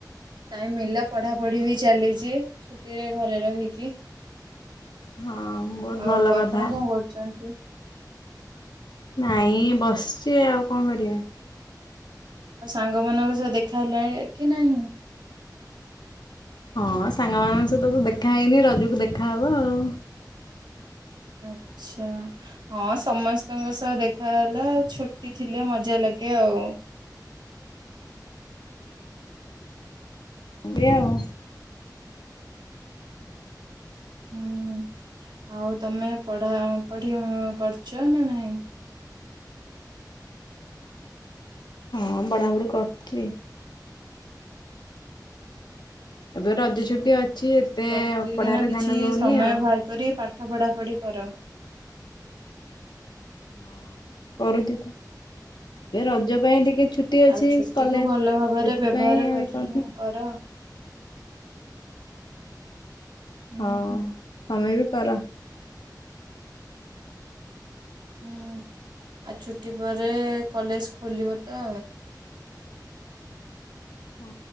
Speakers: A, on the right; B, on the left.
A: ଟାଇମ୍ ମିଳିଲା ପଢ଼ାପଢ଼ି ବି ଚାଲିଚି ଛୁଟିରେ ଘରେ ରହିକି।
B: ହଁ। ବହୁତ
A: ଆଉ
B: ଭଲ କଥା
A: ଆପଣ କଣ କରୁଚନ୍ତି?
B: ନାଇଁ ବସ୍ଚି ଆଉ କଣ କରିଆ?
A: ଆଉ ସାଙ୍ଗମାନଙ୍କ ସହ ଦେଖା ହେଲା କି ନାଇଁ?
B: ହଁ ସାଙ୍ଗମାନଙ୍କ ସହିତ ତ ଦେଖା ହେଇନି ରଜକୁ ଦେଖାହବ ଆଉ।
A: ଆଚ୍ଛା। ହଁ ସମସ୍ତଙ୍କ ସହ ଦେଖା ହେଲା ଛୁଟି ଥିଲେ ମଜା ଲାଗେ ଆଉ।
B: <unintelligible> ଆଉ।
A: <unintelligible> ଆଉ ତମେ ପଢାପଢି କରୁଚ ନା ନାଇଁ?
B: ହଁ <unintelligible> କରୁଚି। ଏବେ
A: ଆଚ୍ଛା,
B: ରଜ ଛୁଟି ଅଛି ଏତେ
A: ପ୍ରତିଦିନ
B: ପଢ଼ାରେ
A: କିଛି
B: ଧ୍ୟାନ ଦଉନି
A: ସମୟ
B: ଆଉ।
A: ବାହାର କରି ପା ଠ ପଢାପଢ଼ି କର।
B: ହଁ। <unintelligible> ଏ ରଜ ପାଇଁ ଟିକେ ଛୁ ଟି ଅଛି
A: ଆଉ ଛୁଟିକୁୁ
B: କଲେଜ୍,
A: ଭଲ ଭାବରେ
B: ସେଥିପାଇଁ
A: ବ୍ୟବହାର
B: ଆଉ <unintelligible> କରୁନି।
A: <unintelligible> ହୁଁ
B: ହଁ,
A: ହୁଁ
B: ତମେ ବି କର।
A: ହୁଁ, ଆଉ ଛୁଟି ପରେ କଲେଜ ଖୋଲିବ ତ?
B: ହଁ,